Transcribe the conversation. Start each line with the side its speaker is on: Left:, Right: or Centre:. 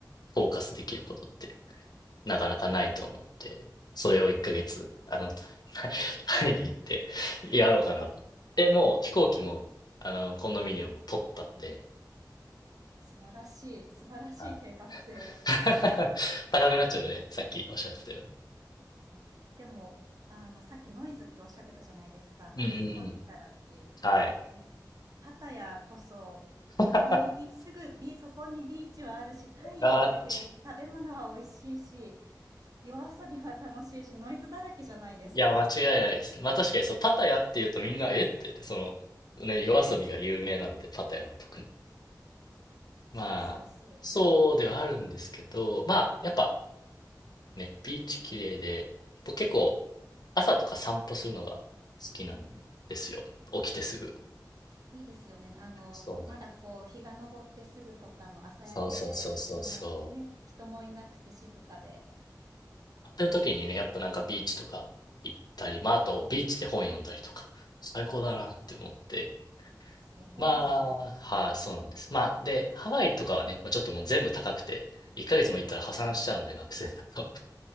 Left: フォーカスできることってなかなかないと思うんで、それを1ヶ月、あの、<laughs> タイタイに行ってやろうかなと。で、もう飛行機も、あの、コンドミニアムを取ったので、
Right: 素晴らしい、素晴らしい計画性。
Left: はい。<laughs> 高くなっちゃうでね、さっきおっしゃってたように。
Right: え、でも、あの、さっきノイズっておっしゃってたじゃないですか。
Left: うんうんうん。
Right: あの、日本にいたらっていう。
Left: はい。
Right: でも、パやこそ、
Left: <laughs>
Right: 横にビ、すぐビ、そこにビーチはあるし、太陽は出てるし、
Left: あ、ち
Right: 食べ物は美味しいし、夜遊びは楽しいし、ノイズだらけじゃないですか
Left: いや、間違いないですね。まあ確かにそう、パタヤっていうとみんな、えって、その、ね、夜遊びが有名なので、パタヤは特に。
Right: そうそうそう。
Left: まあ、そうではあるんですけど、まあ、やっぱ、ね、ビーチ綺麗で、僕結構朝とか散歩するのが好きなんですよ。起きてすぐ。
Right: いいですよね。あの、
Left: そうなんで
Right: まだこう、日が昇ってすぐとかの朝焼けで、
Left: す。そうそうそうそうそう。
Right: 人も、ね、人もいなくて静かで、
Left: やってる時にね、やっぱなんかビーチとか行ったり、まああとビーチで本読んだりとか、最高だなって思って。
Right: 最高ですね。
Left: まあ、はい、そうなんです。まあ、で、ハワイとかはね、まあ、ちょっともう全部高くて、1ヶ月も行ったら破産しちゃうので、学生だと。